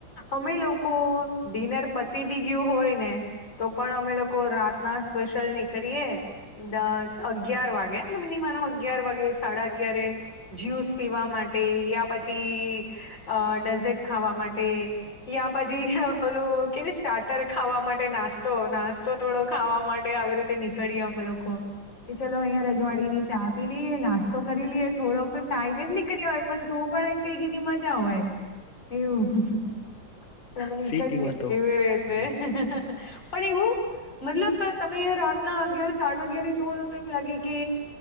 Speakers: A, on the left (about 65°); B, on the left (about 30°).
A: અમે લોકો ડિનર પતિ બી ગયું હોય ને. તો પણ અમે લોકો રાતના સ્પેશિલ નીકળીએે. દસ અગિયાર વાગે તો મિનિમન અગિયાર વાગે સાડા અગિયાર. જ્યુસ પીવા માટે યા પછી, અ ડેઝર્ટ ખાવા માટે. યા પછી ઓલું કેને સ્ટાર્ટર ખાવા માટે નાસ્તો તો નાસ્તો થોડો ખાવા માટે, આવી રીતે નીકળીએ અમે લોકો. કે ચલો, અહિયાં રજવાડી ની ચા. લઈએ નાસ્તો કરી લઈએ થોડો, પણ કઈ જ નીકળી હોય, પણ તો પણ કઈ ની મજા હોય. એવમને કડ
B: સિટીમાં
A: એરે
B: તો હમ
A: <unintelligible> પણ એવું મતલબ, તમે રાતના અગિયાર, સાડાઅગિયાર જોવાનું તો, એમ લાગે કે.